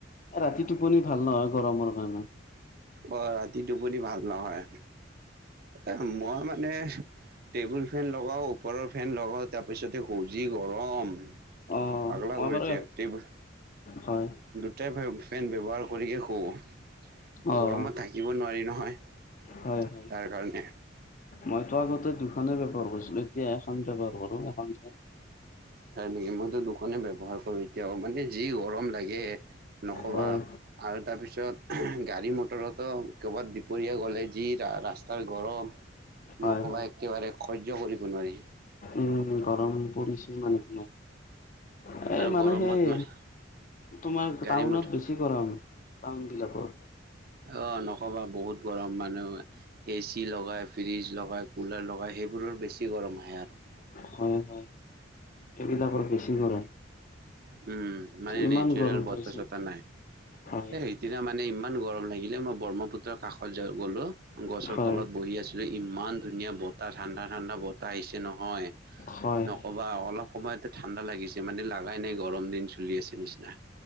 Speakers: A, on the left; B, on the right.
A: এ ৰাতি টোপনি ভাল নহয় গৰমৰ কাৰণে
B: অ ৰাতি টোপনি ভাল নহয় এ মই মানে টেবুল ফেন লগাওঁ ওপৰৰ ফেন লগাওঁ তাৰপিছতহে শুৱ যি গৰম
A: অ',
B: পাগলা
A: মই
B: কৰিছে
A: বাৰু
B: টেবুল
A: হয়,
B: দুটা ফেন ব্যৱহাৰ কৰিয়ে শুৱ
A: অ',
B: গৰমত থাকি থাকিব নোৱাৰি নহয়
A: হয়, হয়।
B: তাৰ কাৰণে
A: মইতো আগতে দুখনে ব্যৱহাৰ কৰিছিলো এতিয়া এখন ব্যৱহাৰ কৰো এখনহে
B: হয় নেকি মইতো দুখনে ব্যৱহাৰ কৰো এতিয়াও মানে যি গৰম লাগে নকবা
A: হয়,
B: আৰু তাৰপিছত গাড়ী মটৰৰতো ক'ৰবাত দুপৰীয়া গ'লে যি ৰাস্তাৰ গৰম
A: হয়,
B: নকবা
A: হয়।
B: একেবাৰে সয্য কৰিব নোৱাৰি
A: উম গৰম পৰিছে মানুহৰ এ
B: আৰু
A: মানে
B: গৰমত
A: সেই
B: মানে
A: তোমাৰ
B: গাড়ী
A: টাউনত
B: মটৰত
A: বেছি গৰম টাউন বিলাকৰ
B: অ নক'বা বহুত গৰম মানুহ এ চি লগাই ফ্ৰীজ লগাই কুলাৰ লগায় সেইবোৰৰ বেছি গৰম আহে আৰু
A: হয় হয় এইবিলাকৰ বেছি গৰম
B: উম মানে
A: ইমান
B: নেচাৰেল
A: গৰম
B: বতাহ
A: পৰিছে
B: চতাহ নাই
A: হয়
B: এই সিদিনা মানে ইমান গৰম লাগিলে মই ব্ৰহ্মপুত্ৰৰ কাষত গলো গছৰ
A: হয়
B: তলত বহি আছো ইমান ধুনীয়া বতাহ ঠাণ্ডা ঠাণ্ডা বতাহ আহিছে নহয়
A: হয়
B: নকবা
A: হয়
B: অলপ সময়তে ঠাণ্ডা লাগিছে মানে লগাই নাই গৰম দিন চলি আছে নিচিনা